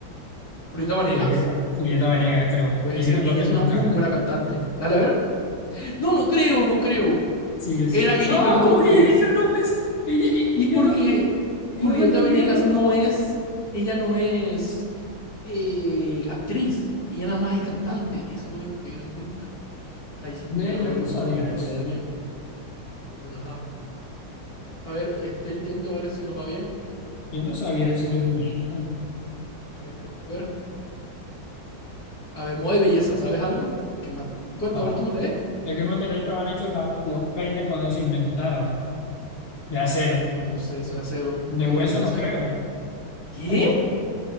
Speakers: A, on the left; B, on the left.
A: ¿Julieta Vanegas?
B: Julieta, Julieta Venegas, creo.
A: Puede
B: Jennifer
A: ser. Ella
B: López
A: es una
B: nunca.
A: muy buena cantante. Dale a ver. No, no creo, no creo.
B: Sí, yo sí.
A: Era Jennifer
B: No,
A: López.
B: ¿cómo que Jennifer López? Ella- e-
A: Y
B: Ellos,
A: porque
B: no,
A: Julieta
B: ellos no estuvieron.
A: Venegas no es, ella no es eh, actriz, ella nada más es cantante. Eso no habíamos caído en cuenta. Ahí sí fue
B: Ve,
A: un error
B: yo
A: de
B: no
A: nosotros
B: sabía
A: no
B: eso.
A: leer bien. Entonces, ajá. A ver, este intento ver si nos va bien.
B: Yo no sabía eso de Julieta.
A: A ver, podemos ver. A ver, moda y belleza, ¿sabes algo? Que mat- Cuenta,
B: No.
A: a ver, tú lees.
B: El que material estaban hechos los, los peines cuando se inventaron. De acero.
A: No, no sé, eso de acero.
B: De
A: De- Bueno,
B: hueso
A: de
B: no
A: acero.
B: creo.
A: ¿Qué?
B: ¿Cómo